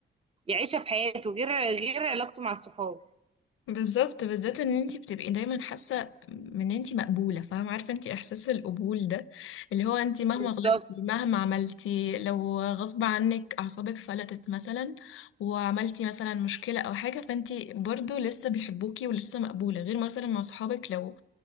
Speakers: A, on the right (about 30°); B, on the left (about 85°).
A: يعيشها في حياته غير غير علاقته مع الصحاب
B: بالظبط بالذات ان انت بتبقي دايما حاسه ان انت مقبوله فاهمه عارفه انت احساس القبول ده اللي هو انت مهما
A: بالظبط
B: غلطتي مهما عملتي لو غصب عنك اعصابك فلتت مثلا وعملتي مثلا مشكله او حاجه فانت برضو لسه بيحبوكي ولسه مقبوله غير مثلا مع صحابك لو